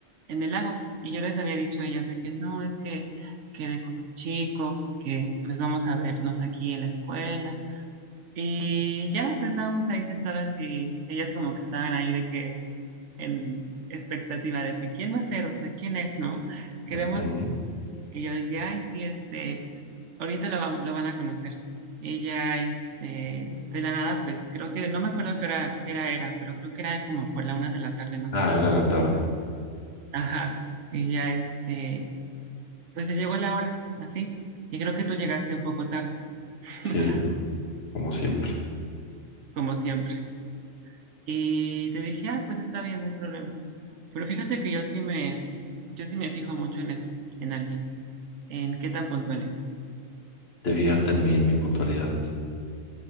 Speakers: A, on the right; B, on the left.
A: en el lago y yo les había dicho a ellas de que no, es que quedé con un chico porque pues vamos a vernos aquí en la escuela. Y ya, o sea, estábamos ahí sentadas y ellas como que estaban ahí de que en expectativa de que quién va a ser, o sea, quién es, ¿no? Queremos
B: Ujú.
A: ella de que, ay, sí, este, ahorita lo, vam- lo van a conocer. y ya, este, de la nada, pues creo que, no me acuerdo qué hora, qué hora era, pero creo que era como por la una de la tarde más
B: Ah,
A: o menos.
B: era en la tarde,
A: Ajá, Y ya, este, pues se llegó la hora, así. Y creo que tú llegaste un poco tarde,
B: sí,
A: <laughs>
B: como siempre.
A: como siempre. Y te dije, ah, pues está bien, no hay problema. Pero fíjate que yo sí me, yo sí me fijo mucho en eso, en alguien. en qué tan puntuales.
B: Te fijaste en mí, en mi puntualidad.